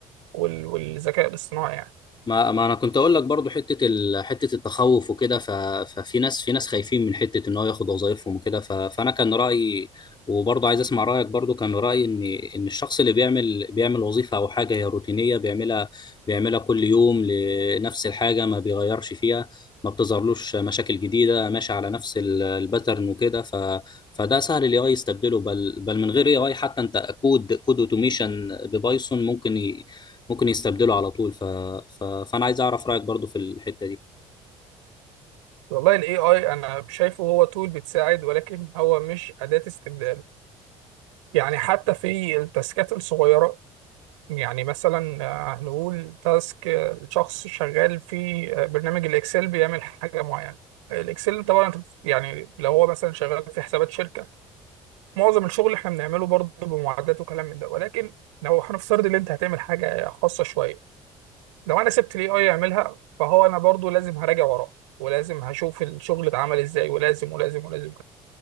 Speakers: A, on the right; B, on the left.
A: وال... والذكاء الاصطناعي يعني
B: ما ما انا كنت اقول لك برضو حته ال... حته التخوف وكده ف... ففي ناس في ناس خايفين من حته ان هو ياخد وظايفهم وكده ف... فانا كان رايي وبرضو عايز اسمع رايك برضو كان رايي ان ان الشخص اللي بيعمل بيعمل وظيفه او حاجه هي روتينيه بيعملها بيعملها كل يوم لنفس الحاجه ما بيغيرش فيها ما بتظهرلوش مشاكل جديده ماشي على نفس ال- الباترن وكده ف... فده سهل الاي اي يستبدله بل بل من غير اي اي حتى انت كود كود اوتوميشن ببايثون ممكن ممكن يستبدله على طول ف... ف... فانا عايز اعرف رايك برضو في الحته دي
A: والله الاي اي انا شايفه هو تول بتساعد ولكن هو مش اداه استبدال يعني حتى في التاسكات الصغيره يعني مثلا آه، هنقول تاسك آه، شخص شغال في آه، برنامج الاكسل بيعمل حاجه معينه الاكسل طبعا أنت بت- يعني لو هو مثلا شغال في حسابات شركه معظم الشغل اللي احنا بنعمله برضه بمعدات وكلام من ده ولكن لو هنفترض ان انت هتعمل حاجه خاصه شويه لو انا سبت الاي اي يعملها فهو انا برضه لازم هراجع وراه ولازم هشوف الشغل اتعمل ازاي ولازم ولازم ولازم ولازم.